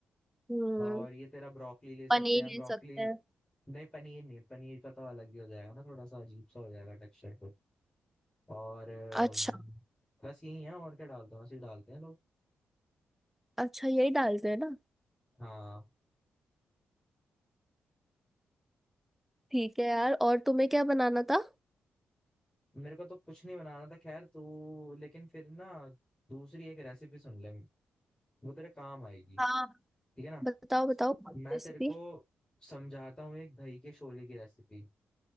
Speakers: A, in the centre; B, on the left.
A: हम्म
B: और ये तेरा ब्रोकली ले सकते
A: पनीर
B: हैं ब्रोकली
A: ले सकते हैं
B: नहीं पनीर नहीं पनीर का तो अलग ही हो जाएगा ना थोड़ा सा अजीब सा हो जाएगा टेक्सचर पे और अम,
A: अच्छा
B: बस यही है और क्या डालते हैं बस ये डालते हैं लोग
A: अच्छा यही डालते हैं ना
B: हाँ
A: ठीक है यार और तुम्हें क्या बनाना था
B: मेरे को तो कुछ नहीं बनाना था खैर तो लेकिन फिर ना दूसरी एक रेसिपी सुन ले वो तेरे काम आएगी
A: हाँ
B: ठीक है ना
A: बताओ बताओ रेसिपी
B: मैं तेरे को समझाता हूँ एक दही के शोले की रेसिपी